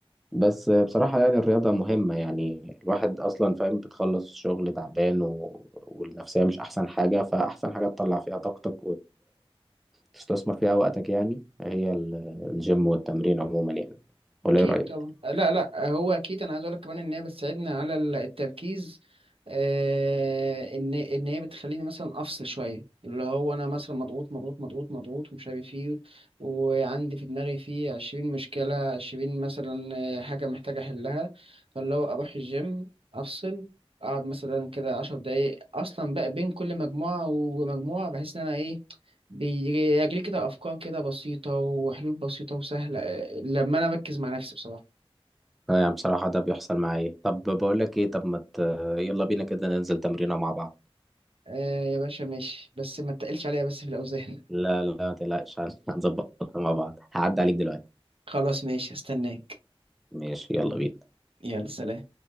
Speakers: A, in the centre; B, on the right.
A: بس آه، بصراحه يعني الرياضه مهمه يعني الواحد اصلا فاهم بتخلص الشغل تعبان و... والنفسيه مش احسن حاجه فاحسن حاجه تطلع فيها طاقتك وتستثمر فيها وقتك يعني هي ال- الجيم والتمرين عموما يعني ولا
B: اكيد
A: ايه رايك
B: طبعا لا لا هو اكيد انا عايز اقول لك كمان ان هي بتساعدني على ال- التركيز آه ان ان هي بتخليني مثلا افصل شويه اللي هو انا مثلا مضغوط مضغوط مضغوط مضغوط ومش عارف ايه وعندي في دماغي فيه 20 مشكله 20 مثلا آه، حاجه محتاجه احلها فاللي هو اروح الجيم افصل اقعد مثلا كده 10 دقايق اصلا بقى بين كل مجموعه ومجموعه بحيث ان انا ايه بيجيلي كده أفكار كده بسيطة وحلول بسيطة وسهلة آه، لما أنا بركز مع نفسي بصراحة
A: اه يعني بصراحة ده بيحصل معايا طب بقول لك ايه طب ما ت... يلا بينا كده ننزل تمرينة مع بعض
B: آه يا باشا ماشي بس ما تقلش عليا بس في الأوزان
A: لا لا ما تقلقش هن- هنظبطها مع بعض هعدي عليك دلوقتي
B: <laughs> خلاص ماشي هستناك
A: ماشي يلا بينا
B: يلا سلام